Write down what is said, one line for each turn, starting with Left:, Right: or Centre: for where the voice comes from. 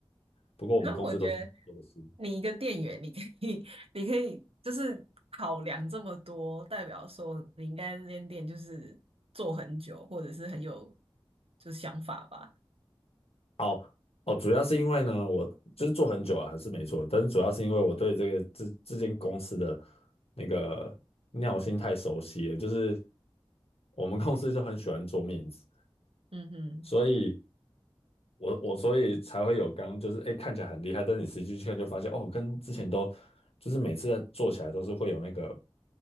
Left: 不过我们公司都是这样做事。
Right: 可我觉得你一个店员，你可以，<laughs> 你可以就是考量这么多，代表说你应该那间店就是做很久，或者是很有就是想法吧。
Left: 哦哦，主要是因为呢，我就是做很久了，还是没错，但是主要是因为我对这个这这间公司的那个尿性太熟悉了，就是我们公司就很喜欢做面子。
Right: 嗯哼，
Left: 所以我我所以才会有刚就是哎、诶看起来很厉害，但你实际去看就发现哦，跟之前都就是每次在做起来都是会有那个